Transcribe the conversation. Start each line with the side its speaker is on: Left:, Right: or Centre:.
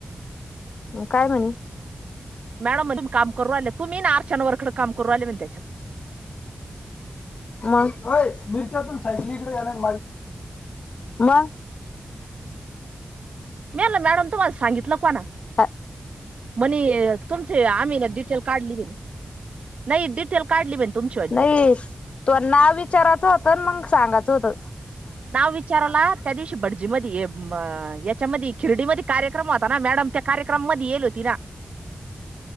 Left: <unintelligible>
Right: मॅडम म्हण काम करू आले तू मी ना अर्चना वर्क र कडे काम करून आले मग त्याच्यात.
Left: मग होय मिरच्यातून जाणार आहे मग.
Right: मी म्हणल मॅडम तुम्हाला सांगितलं कोणा.
Left: आ <unintelligible>
Right: म्हणे तुमची आम्ही ना डिटेल काढली, नाही डिटेल काढली बाई तुमचं.
Left: नाही तोवा नाव विचारायचं होतं मग सांगायचं होत.
Right: नाव विचारलात. त्या दिवशी भटजी मध्ये याच्यामध्ये खिरडीमध्ये कार्यक्रम होता ना मॅडम त्या कार्यक्रम मध्ये यईल होती ना.
Left: <unintelligible>